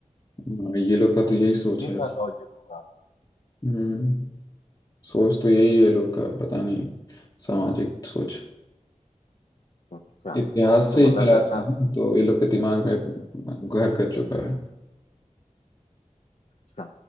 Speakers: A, on the left; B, on the left.
A: हाँ, ये लोग का तो यही सोच
B: ये
A: है
B: क्या लॉजिक होगा
A: हम्म सोच तो यही है लोग का पता नहीं सामाजिक सोच
B: अच्छा
A: इतिहास
B: तो
A: से ही
B: मतलब
A: चला आ
B: लड़का
A: रही है तो ये लोग के दिमाग में घर कर चुका है
B: अच्छा